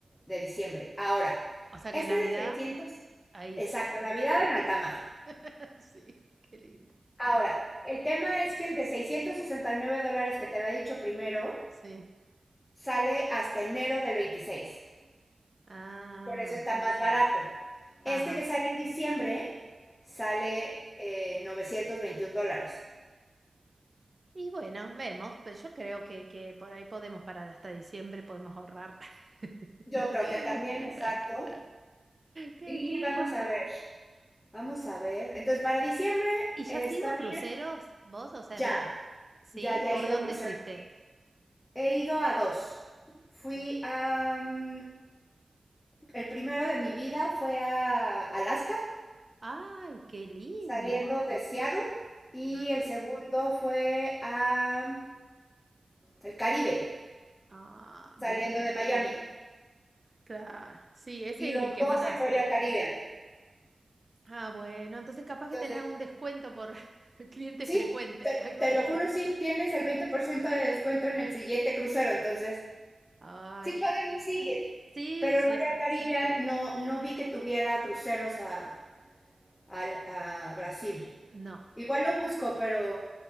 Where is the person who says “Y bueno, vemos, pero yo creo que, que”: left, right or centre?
Right